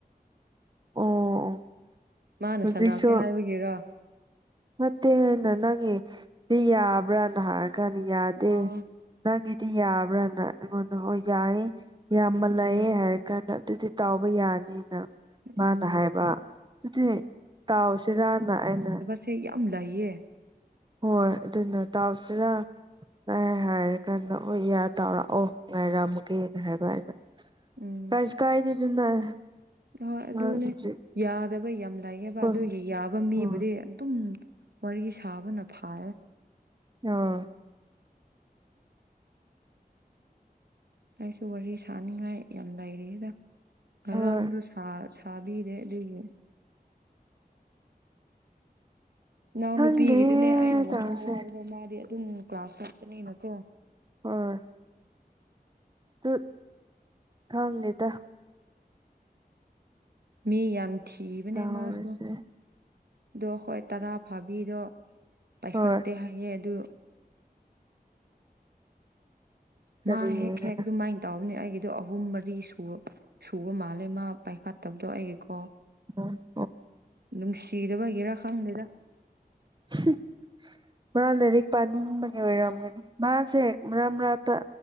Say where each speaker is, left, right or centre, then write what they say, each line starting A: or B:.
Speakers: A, on the right (about 30°); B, on the right (about 85°).
A: ꯑꯣ ꯑꯣ
B: ꯃꯥꯅ
A: ꯍꯧꯖꯤꯛꯁꯨ
B: ꯁꯅꯥꯁꯦ ꯍꯥꯏꯕꯒꯤꯔꯣ
A: ꯅꯠꯇꯦ ꯑꯩꯅ ꯅꯪꯒꯤ ꯗꯤ ꯌꯥꯕ꯭ꯔꯥꯅ ꯍꯥꯏꯔꯀꯟꯗ ꯌꯥꯗꯦ
B: ꯑꯣ
A: ꯅꯪꯒꯤꯗꯤ ꯌꯥꯕ꯭ꯔꯥꯅ ꯑꯩꯉꯣꯟꯗ ꯍꯣꯏ ꯌꯥꯌꯦ ꯌꯥꯝꯃ
B: ꯎꯝ
A: ꯂꯩꯌꯦ ꯍꯥꯏꯔꯀꯟ ꯑꯗꯨꯗꯤ ꯇꯥꯎꯕ ꯌꯥꯅꯤꯅ ꯃꯥꯅ
B: ꯎꯝ
A: ꯍꯥꯏꯕ ꯑꯇꯨꯏ ꯇꯥꯎꯁꯤꯔꯅ ꯑꯩꯅ
B: ꯁꯦ ꯌꯥꯝ ꯂꯩꯌꯦ
A: ꯍꯣꯏ ꯑꯗꯨꯅ ꯇꯥꯎꯁꯤꯔꯥ ꯉꯥꯏ ꯍꯥꯏꯔꯀꯥꯟꯗ ꯑꯣ ꯌꯥ ꯇꯧꯔꯛꯑꯣ ꯉꯥꯏꯔꯝꯒꯦꯅ ꯍꯥꯏꯕ ꯑꯩꯅ
B: ꯎꯝ
A: ꯀꯥꯏꯁꯨ ꯀꯥꯏꯗꯦꯗꯅ
B: ꯍꯣꯏ ꯑꯗꯨꯅꯦ
A: ꯉꯍꯥꯛ ꯍꯧꯖꯤꯛ
B: ꯌꯥꯗꯕꯩ ꯌꯥꯝ ꯂꯩꯌꯦꯕ
A: ꯍꯣꯏ
B: ꯑꯗꯨꯒꯤ ꯌꯥꯕ ꯃꯤꯕꯨꯗꯤ
A: ꯍꯣꯏ
B: ꯑꯗꯨꯝ ꯋꯥꯔꯤ ꯁꯥꯕꯅ ꯐꯥꯏꯌꯦ
A: ꯑꯣ
B: ꯑꯩꯁꯨ ꯋꯥꯔꯤ ꯁꯥꯅꯤꯡꯉꯥꯏ ꯌꯥꯝ ꯂꯩꯔꯤꯗ ꯉꯔꯥꯡꯗꯨ
A: ꯍꯣꯏ
B: ꯁꯥ ꯁꯥꯕꯤꯗꯦ ꯑꯗꯨꯒꯤ ꯏꯅꯥꯎ
A: ꯈꯪꯗ꯭ꯔꯦꯍꯦ
B: ꯅꯨꯄꯤꯒꯤꯗꯨꯅꯦ ꯑꯩꯅ ꯋꯥꯈꯜ
A: ꯇꯧꯔꯤꯁꯦ
B: ꯋꯥꯕꯗꯣ ꯃꯥꯗꯤ ꯑꯗꯨꯝ ꯀ꯭ꯂꯥꯁ ꯆꯠꯄꯅꯤꯅꯀꯣ
A: ꯍꯣꯏ ꯇꯨꯠ ꯈꯪꯗꯦꯗ
B: ꯃꯤ ꯌꯥꯝ ꯊꯤꯕꯅꯦ
A: ꯇꯧꯔꯤꯁꯦ
B: ꯃꯥꯁꯨ ꯗꯣ ꯈꯣꯏ ꯇꯔꯥ ꯐꯥꯕꯤꯗꯣ ꯄꯥꯏꯈꯠꯇꯦ
A: ꯍꯣꯏ
B: ꯍꯥꯏꯌꯦ ꯑꯗꯨ
A: ꯀꯔꯤꯔ
B: ꯃꯥ ꯍꯦꯛ ꯍꯦꯛ ꯑꯗꯨꯃꯥꯏꯟ ꯇꯧꯕꯅꯦ ꯑꯩꯒꯤꯗꯣ ꯑꯍꯨꯝ ꯃꯔꯤ ꯁꯨ ꯁꯨꯕ ꯃꯥꯜꯂꯦ ꯃꯥ ꯄꯥꯏꯈꯠꯇꯕꯗꯣ ꯑꯩꯒꯤꯀꯣ
A: <unintelligible>
B: ꯅꯨꯡꯁꯤꯗꯕꯒꯤꯔ ꯈꯪꯗꯦꯗ
A: ꯍꯨꯝ ꯃꯥ ꯂꯥꯏꯔꯤꯛ ꯄꯥꯅꯤꯡꯕꯒꯤ ꯑꯣꯏꯔꯝꯒꯅꯤ ꯃꯥꯁꯦ ꯃꯔꯛ ꯃꯔꯛꯇ